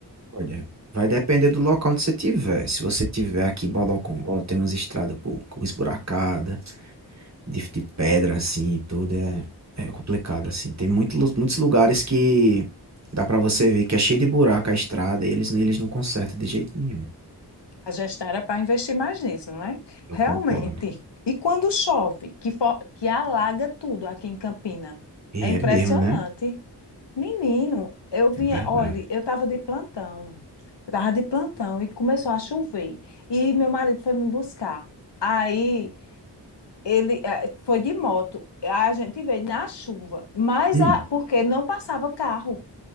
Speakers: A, on the right; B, on the left.
A: Olha, vai depender do local onde você tiver. Se você tiver aqui em Bodocongó, tem umas estradas por, esburacada, de, de pedra assim, e tudo é, é complicado assim. Tem muito, lu- muitos lugares que dá pra você ver que é cheio de buraco a estrada e eles, eles não consertam de jeito nenhum.
B: A gestão era para investir mais nisso, não é?
A: Eu
B: Realmente.
A: concordo.
B: E quando chove, que, fo- que alaga tudo aqui em Campina. É
A: E
B: impressionante.
A: é mesmo, né?
B: Menino, eu vinha,
A: É verdade.
B: olha, eu estava de plantão. Eu estava de plantão e começou a chover. E meu marido foi me buscar. Aí ele eh, foi de moto. A gente veio na chuva, mas
A: Hum,
B: a, porque não passava carro.